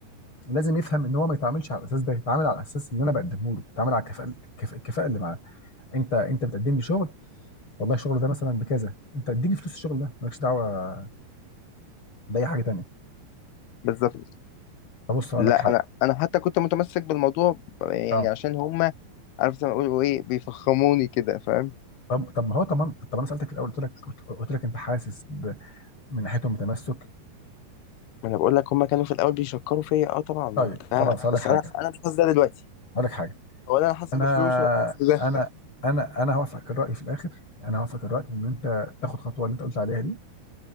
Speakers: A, on the left; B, on the left.
A: لازم يفهم ان هو ما يتعاملش على الاساس ده يتعامل على الاساس اللي انا بقدمه له يتعامل على الكفاءه الكف- الكفاءه اللي معاه انت انت بتقدم لي شغل والله الشغل ده مثلا بكذا انت اديني فلوس الشغل ده مالكش دعوه باي حاجه تانيه
B: بالظبط
A: طب بص اقول
B: لا
A: لك حاجه
B: انا انا حتى كنت متمسك بالموضوع يعني
A: اه
B: عشان هما عارف زي ما بيقولوا ايه بيفخموني كده فاهم
A: طب طب ما هو طب ما طب انا سالتك في الاول قلت لك قلت لك انت حاسس ب... من ناحيتهم بتمسك
B: ما انا بقول لك هما كانوا في الاول بيشكروا فيا اه طبعا
A: طيب
B: وبتاع
A: خلاص هقول لك
B: بس
A: حاجه
B: انا انا مش حاسس ده دلوقتي
A: هقول لك حاجه
B: ولا انا حاسس
A: انا
B: بفلوس ولا حاسس بده
A: انا انا انا هوافقك الراي في الاخر انا هوافقك الراي ان انت تاخد خطوه اللي انت قلت عليها دي